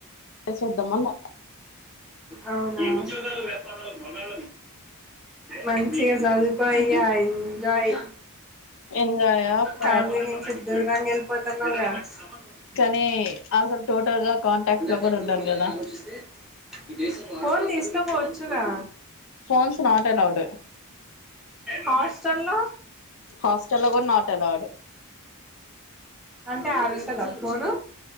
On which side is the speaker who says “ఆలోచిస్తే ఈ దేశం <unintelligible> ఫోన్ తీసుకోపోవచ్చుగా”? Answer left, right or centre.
Centre